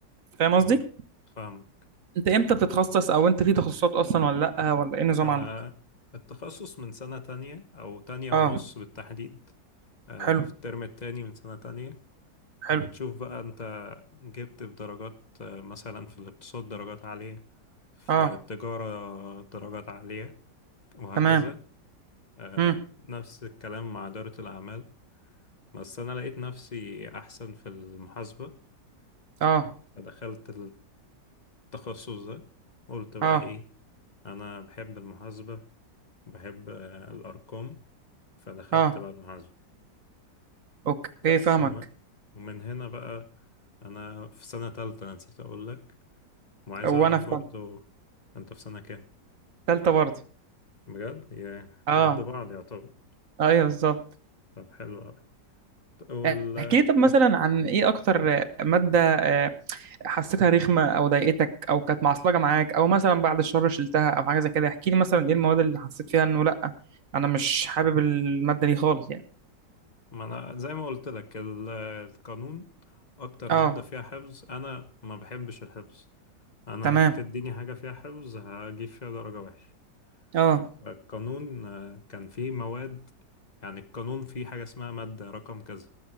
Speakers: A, on the right; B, on the left.
A: فاهم
B: مم.
A: قصدي
B: فاهمك
A: انت امتى بتتخصص او انت في تخصصات اصلا ولا لا ولا ايه النظام
B: أنا
A: عندك
B: التخصص من سنة تانية أو تانية
A: اه
B: ونص بالتحديد آه،
A: حلو
B: في الترم التاني من سنة تانية
A: حلو
B: بتشوف بقى أنت جبت بدرجات آه، مثلا في الاقتصاد درجات عالية في
A: اه
B: التجارة درجات عالية وهكذا
A: تمام
B: آه،
A: امم
B: نفس الكلام مع إدارة الأعمال بس أنا لقيت نفسي أحسن في المحاسبة
A: اه
B: فدخلت التخصص ده قلت بقى
A: اه
B: إيه أنا بحب المحاسبة بحب الأرقام فدخلت
A: اه
B: بقى المحاسبة
A: اوكي
B: بس
A: فاهمك
B: وم... ومن هنا بقى أنا في سنة تالتة نسيت أقول لك وعايز
A: وانا
B: أعرف
A: فاهمك
B: برضو أنت في سنة كام
A: تالتة برضه
B: بجد يا
A: اه
B: نقد بعض يعتبر
A: ايوه بالظبط
B: طب حلو أوي والتخ...
A: آه، احكي لي طب مثلا عن ايه اكتر مادة آه، حسيتها رخمة او ضايقتك او كانت معصلجة معاك او مثلا بعد الشر شلتها او حاجة زي كده احكي لي مثلا ايه المواد اللي حسيت فيها انه لا انا مش حابب المادة دي خالص يعني
B: ما انا زي ما قلت لك ال- القانون اكتر
A: اه
B: مادة فيها حفظ انا ما بحبش الحفظ انا
A: تمام
B: هتديني حاجة فيها حفظ هجيب فيها درجة وحشة
A: اه
B: فالقانون آه، كان فيه مواد يعني القانون فيه حاجة اسمها مادة رقم كذا